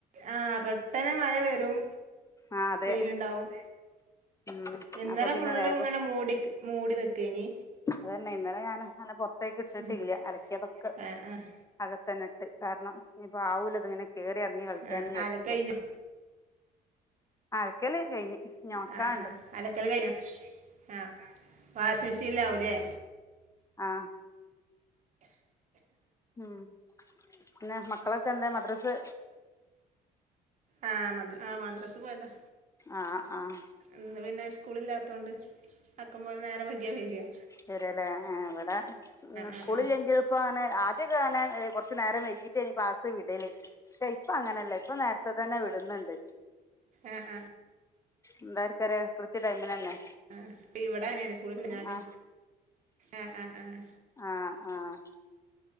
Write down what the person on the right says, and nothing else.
ആഹ് പെട്ടനെ മഴ വരും
വെയിലുണ്ടാവും.
ഇന്നലെ
ഫുൾ
ഇങ്ങനെ മൂടിക്ക് മൂടി നിക്കൂ ആയിനി.
ഉം
ആഹ് ആഹ്
ആഹ്
അലക്കഴിഞ്ഞോ
ആഹ് ആഹ് അലക്കൽ കഴിഞ്ഞോ ആഹ് വാഷിമെഷിനിലാവൂല്ലേ?
ആഹ് മ ആഹ് മദ്രസ് പോയതാ.
ഇന്ന് പിന്നെ സ്കൂളില്ലാത്തോണ്ട് ആക്കമ്പോലെ നേരം വെകിയാ വര്യാ.
ആ ആ
ആഹ് ആഹ്.
ആഹ് ഇവിടെ അങ്ങനെയാണ് കുളി കഴിഞ്ഞാല്
ആഹ് ആഹ് ആഹ്.